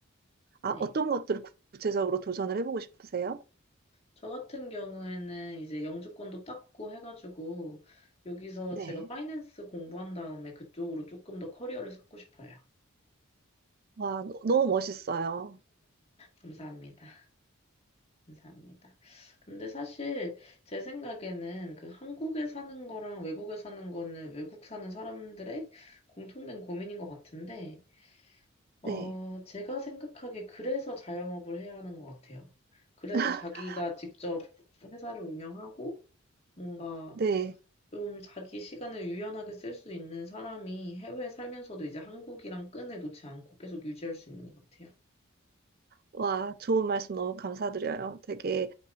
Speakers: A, on the right (about 45°); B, on the left (about 30°).
A: 아,
B: 네.
A: 어떤 것들을 구- 구체적으로 도전을 해보고 싶으세요?
B: 저 같은 경우에는 이제 영주권도 땄고 해가지고, 여기서
A: 네.
B: 제가 파이낸스 공부한 다음에 그쪽으로 조금 더 커리어를 쌓고 싶어요.
A: 와, 너- 너무 멋있어요.
B: 감사합니다. 감사합니다. 근데 사실 제 생각에는 그 한국에 사는 거랑 외국에 사는 거는 외국 사는 사람들의 공통된 고민인 것 같은데, 어,
A: 네,
B: 제가 생각하기에 그래서 자영업을 해야 하는 것 같아요. 그래서
A: <laughs>
B: 자기가 직접 회사를 운영하고 뭔가
A: 네.
B: 좀 자기 시간을 유연하게 쓸 수 있는 사람이 해외에 살면서도 이제 한국이랑 끈을 놓지 않고 계속 유지할 수 있는 것 같아요.
A: 와, 좋은 말씀 너무 감사드려요. 되게,